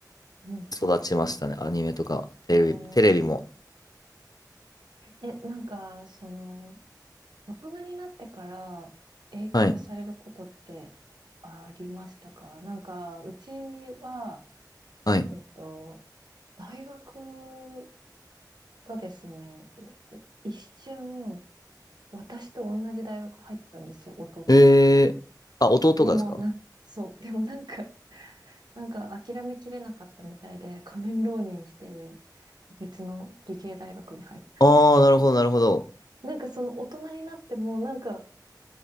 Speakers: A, on the right (about 75°); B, on the left (about 60°).
A: うん、
B: 育ちましたね。
A: うん。
B: アニメとか、テレビ、
A: へえ。
B: テレビも。
A: え、なんか、その、大人になってから影響されることって
B: はい。
A: ありましたかなんか、うちは、
B: はい。
A: えっと、大学がですね、一瞬、私と同じ大学入ってたんですよ、弟が。
B: えー、あ、弟がですか
A: でも、な、そう、でもなんか、なんか諦めきれなかったみたいで、仮面浪人して、別の理系大学に入ってたんですけど。
B: ああー、なるほど、なるほど。
A: なんかその大人になっても、なんか